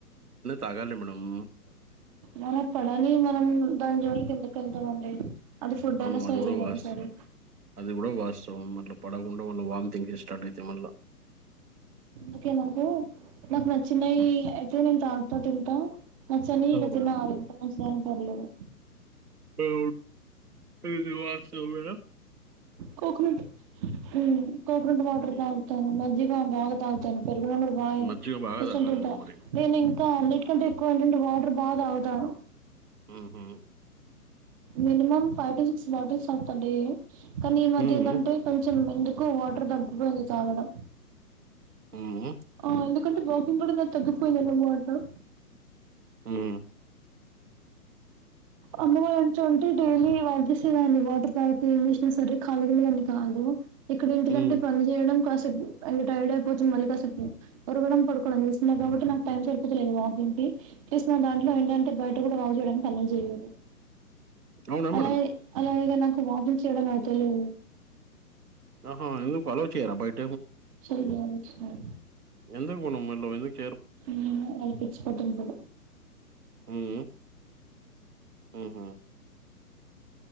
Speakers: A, on the right; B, on the right.
A: తగాలి మేడమ్
B: మన పడని మనం దాని జోళికిందుక వెళ్తామండి అది ఫుడ్
A: అవును
B: అయినా
A: అది
B: ఏది
A: గూడా
B: అయిన
A: వాస్
B: సరదనా సరే
A: అది కూడా వాస్తవం మళ్ళీ పడకుండా మళ్ళ వార్మిటింగ్స్ స్టార్ట్ అయితయి మళ్ళీ
B: ఓకే నాకు నాకు నచ్చినయి
A: హ్మ్.
B: అయితే నేను దాన్ తోటి త నచ్చనీ
A: ఆ!
B: ఇగ
A: మేడం.
B: తిందామన్ కాని పర్లేదు
A: వు ఇది వాస్తవమేనా
B: కోకొనట్ హుమ్ కోకొనట్ వాటర్
A: హ్మ్.
B: తాగుతాను మజ్జిగ బాగా తాగుతాను పెరుగన్నం కూడా బా
A: మజ్జిగ బాగా
B: ఎస్కోని
A: తాగాలి
B: తింటా
A: మీరు మరి.
B: నేను ఇంకా అన్నిటి కంటే ఎక్కువ ఏంటంటే వాటర్ బాగా తా తను
A: హుమ్ హు
B: minimum five to six bottles per day కానీ ఈ మధ్య
A: హ్మ్.
B: ఎందంటే కొంచెం ఎందు ఎక్కువ్ వాటర్ తప్పిపోయింది తాగడం
A: హ్మ్.
B: ఆ ఎందు టె వాకింగ్ కూడా తగ్గిపోయిందనమాట
A: హుమ్
B: అమ్మో ఎంతటే డైలీ వన్ చేసేదాన్ని వాటర్ తాగితే ఎం చేసిన సరే కాలిగా ఉండేదాని కాదు ఇక్కడ ఏంటికంటే
A: హ్మ్.
B: పని చేయడం కష్టం తను టైర్డ్ అయిపోతుంది మళ్ళీ కాసేపు ఒరగడం పడుకోవడం చేస్తున్నా కాబట్టి నాకు టైం సరిపోతలేదు వాకింగ్ కి ప్లస్ నా దాంట్లో ఏంటంటే బయట కూడా వాక్ చేయడానికి అల్లో చేయరు
A: అవునా
B: అలాగే
A: మేడం?
B: అలాగే ఇగ నాక్ వాకింగ్ చేయడం అయితలేదు
A: ఆహా ఎందుకు అల్లో చేయరా బయట
B: చెయ్యాలి <unintelligible>
A: <unintelligible>
B: ఇంగ నైటీ హోటల్లో
A: హ్ హ్ ఉహ్